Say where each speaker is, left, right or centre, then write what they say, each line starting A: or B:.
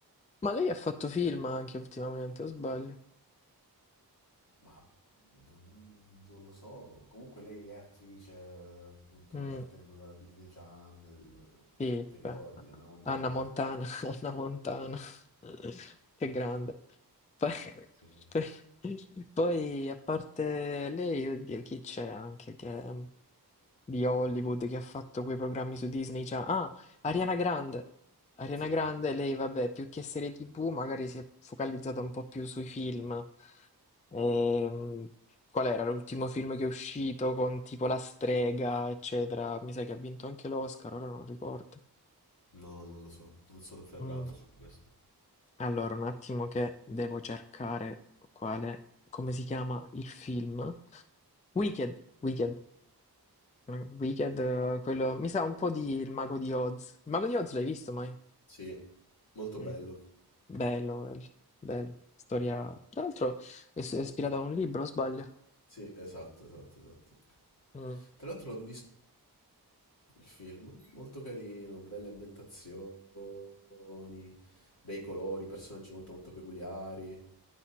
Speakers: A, on the left; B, on the left.
A: Ma lei ha fatto film anche ultimamente, o sbaglio?
B: ma non, non lo so, comunque lei è attrice, eh, appunto,
A: Mm.
B: partendo da Disney Channel,
A: Sì,
B: ti ricordi,
A: beh,
B: Anna Montana?
A: Anna Montana, <laughs> Anna Montana, <laughs> che grande. Poi,
B: Sì,
A: <laughs> poi, a parte lei, oddio, chi c'è anche che, um, di Hollywood che ha fatto quei programmi su Disney? Cioè, ah, Ariana Grande. Ariana
B: sì.
A: Grande, lei, vabbè, più che serie TV, magari si è focalizzata un po' più sui film. Ehm, Qual era l'ultimo film che è uscito con tipo La strega, eccetera? Mi sa che ha vinto anche l'Oscar, ora non ricordo.
B: No, non lo so, non sono ferrato
A: Mm,
B: su questo.
A: Allora, un attimo che devo cercare quale, come si chiama il film? Wicked, Wicked, Mm, Wicked, eh, quello, mi sa un po' di Il Mago di Oz. Il Mago di Oz l'hai visto mai?
B: Sì, molto
A: Mm,
B: bello.
A: Bello, quello, bello. Storia, tra l'altro è è ispirata a un libro, o sbaglio?
B: Sì, esatto, esatto, esatto.
A: Mm,
B: Tra l'altro ho visto il film, molto carino, belle ambientazioni, bei colori, personaggi molto molto peculiari.